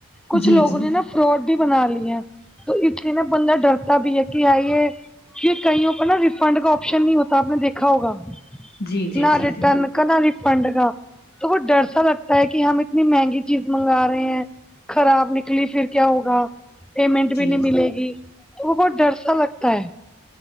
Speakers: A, in the centre; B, on the left (about 45°).
A: کچھ
B: جی
A: لوگوں
B: جی
A: نے نا فراڈ بھی بنا لیے ہے تو اس لیے نا بندہ ڈرتا بھی ہے کے کیا یے کئی ریفنڈ کا آپشن نہیں ہوتا آپ نے دیکھا ہوگا
B: جی جی
A: نہ
B: جی
A: ریٹرن
B: جی
A: کانا ریفنڈ کا تو وہ ڈر سا لگتا ہے کی ہم اتنی مہنگی چیز منگا رہے ہیں خراب نکلی فیر کیا ہوگا پیمنٹ
B: جی
A: بھی نہیں ملے گی تو وہ بہت ڈر سا لگتا ہے